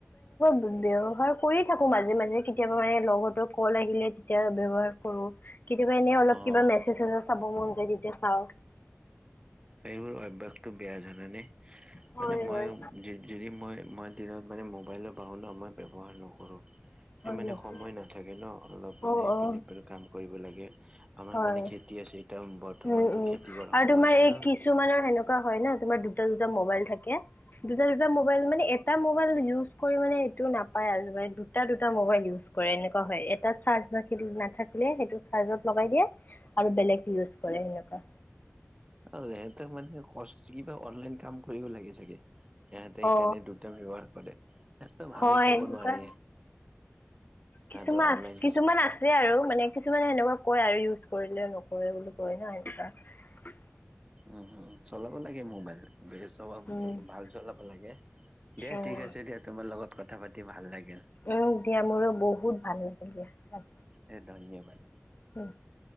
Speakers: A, on the left; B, on the right.
A: ব্যৱসাৰ কৰি থাকো মাজে মাজে কেতিয়াবা মানে লগত কল আহিলে তেতিয়া ব্যৱহাৰ কৰো কেতিয়াবা এনে অলপ
B: অ'
A: কিবা মেছেজ চাব মন যায় তেতিয়া চাওঁ
B: এইবোৰ অভ্য়াসতটো বেয়া জান নে
A: হয়
B: মানে মই
A: হয়
B: যদি মই মই দিনত মানে মোবাইলৰ পাহৰো ন মই ব্যৱহাৰ নকৰোঁ সেই
A: হয়
B: মানে
A: নেকি
B: সময় নাথাকে ন অলপ মানে
A: অ
B: ইপিনেপিনে
A: অ
B: কাম কৰিব লাগে আমাৰ
A: হয়
B: মানে খেতি আছে এতিয়া বৰ্তমানতো
A: উম উম
B: খেতি
A: আৰু
B: কৰা সময়
A: তোমাৰ
B: হ'ল
A: এই
B: ন।
A: কিছুমানৰ সেনেকুৱা হয় ন তোমাৰ দুটা দুটা মবাইল থাকে দুটা দুটা মোবাইল মানে এটা মোবাইল ইউজ কৰি মানে এইটো নাপাই আৰু মানে দুটা দুটা মোবাইল উচ্ কৰে এনেকা হয় এটা চাচ নাথিলে সেই চাচ লগ দিয়ে আৰু বেলেগ ইউজ কৰে সেনেকুৱা
B: অ সিহঁতে মানে কষ্ট কিবা অনলাইন কাম কৰিব লাগে চাগে সহতে সেইকাৰণে
A: অ
B: দুটাম ব্যৱহাৰ কৰে একদম
A: হয়
B: আমি ক'ব
A: এনেকুৱা
B: নোৱাৰি সিহঁতৰ
A: কিছুমান
B: অনলাইন
A: কিছুমান আছে আৰু মানে কিছুমানে সেনেকুৱা কয় আৰু ইউজ কৰিলে নকৰে বোলো <unintelligible>
B: উমম চলাব লাগে মোবাইল চব
A: উম
B: ভাল চলাব লাগে দিয়া
A: উম
B: ঠিক আছে দিয়া তোমাৰ লগত কথা পাতি ভাল লাগে
A: উম দিয়া মোৰো বহুত ভাল লাগে দিয়া ৰা
B: এ ধন্যবাদ
A: হম,